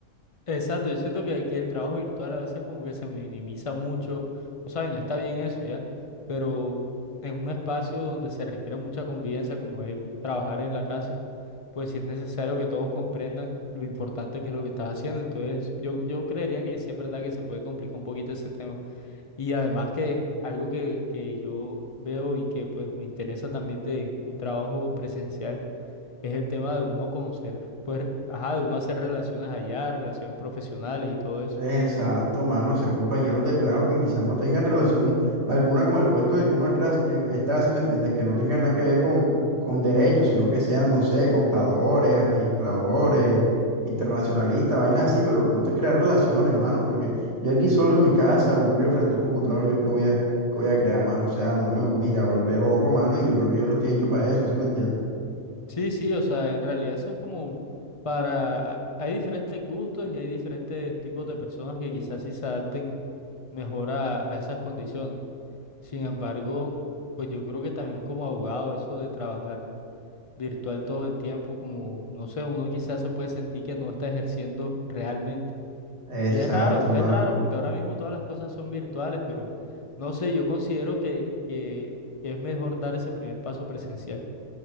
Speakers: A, on the left; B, on the right.
A: Exacto, yo siento que, que el trabajo virtual a veces como que se minimiza mucho, o sea, y no está bien eso ya, pero en un espacio donde se requiere mucha convivencia, como es trabajar en la casa, pues sí es necesario que todos comprendan lo importante que es lo que estás haciendo. Entonces, yo, yo creería que sí es verdad que se puede complicar un poquito ese tema. Y además que algo que, que yo veo y que pues me interesa también de un trabajo presencial es el tema de uno conocer, pues, ajá, de uno hacer relaciones allá, relaciones profesionales y todo eso.
B: Exacto, mano, ser compañeros de trabajo que quizás no tengan relación alguna con el puesto del que uno tra- eh, está, si me entiendes, que no tengan nada que ver con, con derechos, sino que sean, no sé, contadores, administradores, internacionalistas, vainas así, pero el punto es crear relaciones, mano, porque yo aquí solo en mi casa, aburrido frente a un computador, yo qué voy a, qué voy a crear, mano, o sea, no me, mira, volver loco, mano, y yo creo que yo no estoy hecho para eso, ¿sí me entiendes?
A: Sí, sí, o sea, en realidad eso es como para, hay diferentes gustos y hay diferentes tipos de personas que quizás sí se adapten mejor a, a esas condiciones. Sin embargo, pues yo creo que también como abogado eso de trabajar virtual todo el tiempo, como, no sé, uno quizás se puede sentir que no está ejerciendo realmente.
B: Exacto,
A: Y es raro, es
B: mano.
A: raro porque ahora mismo todas las cosas son virtuales, pero no sé, yo considero que, que, que es mejor dar ese primer paso presencial.